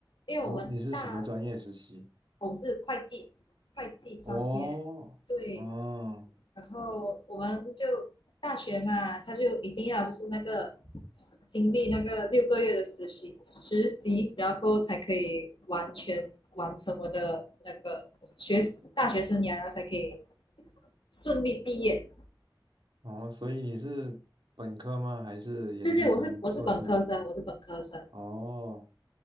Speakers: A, on the left; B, on the right.
A: 因为我们大
B: 哦，你是什么专业实习？
A: 我是会计，会计专业，
B: 哦，
A: 对，
B: 哦，
A: 然后我们就大学嘛，他就一定要就是那个经历那个六个月的实习实习，然后才可以完全完成我的那个学大学生涯，然后才可以顺利毕业。
B: 哦，所以你是本科吗？还是研究生、
A: 对对，我是我是本科生，
B: 硕士？
A: 我是本科生。
B: 哦。